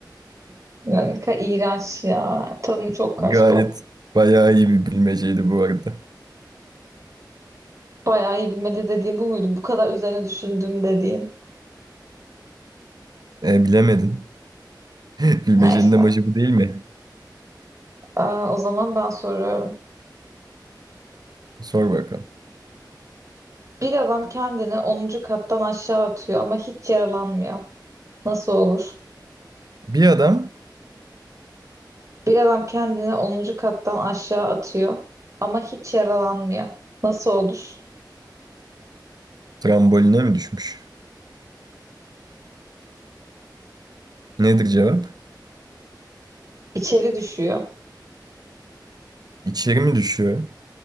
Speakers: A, on the right; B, on the right.
A: Yani ka iğrenç ya. Tadım çok kaçtı.
B: Gayet
A: Of.
B: bayağı iyi bir bilmeceydi bu arada.
A: Bayağı iyi bilmece dediğim bu muydu? Bu kadar üzerine düşündüm dediğin.
B: E, bilemedin. <laughs> Bilmecenin
A: Neyse.
B: amacı bu değil mi?
A: Ee, o zaman ben soruyorum.
B: Sor bakalım.
A: Bir adam kendini onuncu kattan aşağı atıyor ama hiç yaralanmıyor. Nasıl olur?
B: Bir adam
A: Bir adam kendini onuncu kattan aşağı atıyor ama hiç yaralanmıyor. Nasıl olur?
B: tramboline mi düşmüş? Nedir cevap?
A: İçeri düşüyor.
B: İçeri mi düşüyor?